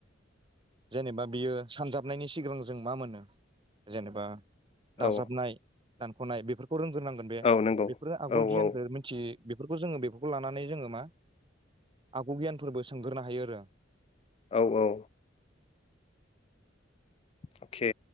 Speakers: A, on the right (about 25°); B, on the left (about 30°).
A: जेनेबा बियो सानजाबनायनि सिगां जों मा मोनो जेनेबा दाजाबनाय
B: औ
A: दानख'नाय बेफोरखौ फोरोंग्रोनांगोन बे
B: औ नंगौ
A: बेफोरो आगु
B: औ
A: गियान
B: औ
A: मिन्थि बेफोरखौ जोङो बेफोरखौ लानानै जोङो मा आगु गियानफोरबो सोंगोरनो हायो आरो
B: औ औ अके